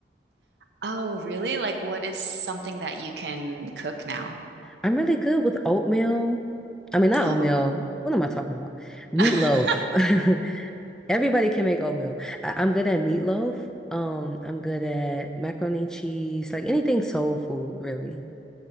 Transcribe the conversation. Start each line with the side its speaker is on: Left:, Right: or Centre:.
Right: Oh, really? Like what is something that you can cook now?
Centre: I'm really good with oatmeal. I mean, not
Right: Oh.
Centre: oatmeal. What am I talking about? Meatloaf.
Right: <laughs>
Centre: <laughs> Everybody can make oatmeal. I I'm good at meatloaf. Um, I'm good at macaroni and cheese, like anything soul food, really.